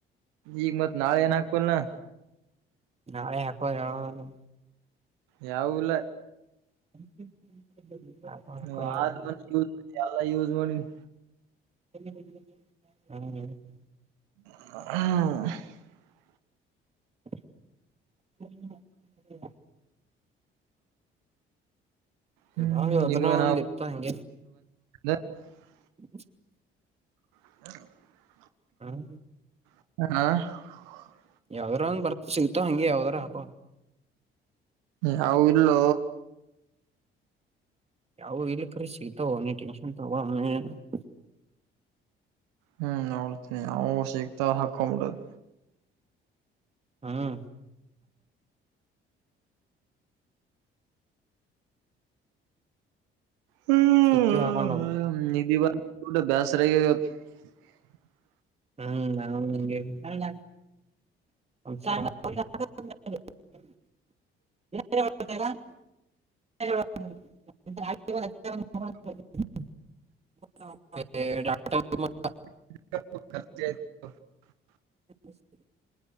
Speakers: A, on the right; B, on the right.
A: ಈಗ್ ಮತ್ ನಾಳೀಗ್ ಏನ್ ಹಕ್ಕೋಲ್ ನಾ
B: ನಾಳೆ ಹಾಕೋ ಯಾವರ
A: ಯವೂ ಇಲ್ಲ
B: <unintelligible> ಹಾಕೋ
A: ನೀವ್
B: ಯಾವ
A: ಆರ
B: ಹ್ಮ್
A: ಎಲ್ಲ ಯೂಸ್ ಮಾಡೀನಿ
B: ಹ್ಮ.
A: ಹ್ಮ
B: <unintelligible>
A: ಹ್ಮ್
B: ನಾವ್ ಅದನ್ನ
A: ಇನ್ನು ಏನ
B: ಒಂದ್ ಇರ್ತ ಹಂಗೆ
A: <unintelligible>
B: <inaudible>
A: <inaudible>
B: ಹೂಂ
A: <unintelligible>
B: ಯಾವ್ದ್ರ ಒಂದ ಬರ್ತ್ ಸಿಗ್ತಾವ್ ಹಂಗೆ ಯಾವ್ದಾರ ಹಾಕೋ
A: ಯಾವು ಇಲ್ಲೋ
B: ಯಾವು ಇಲ್ಲ ಕರೆ ಸಿಗ್ತಾವ್ <unintelligible>
A: ಹ್ಮ್ ನೋಡ್ತನಿ ಯಾವ್ ಸಿಗ್ತಾವ್ ಹಕ್ಕೊಂಬಿಡೋದ
B: ಹೂಂ
A: ಹ್ಮ್
B: ಸಿಕ್ಕಿವ್ ಹಕ್ಕೊಂಡೊಗೋದ
A: <unintelligible>
B: ಹ್ಮ್ <unintelligible> <unintelligible> <unintelligible> <unintelligible>
A: <unintelligible>
B: <inaudible>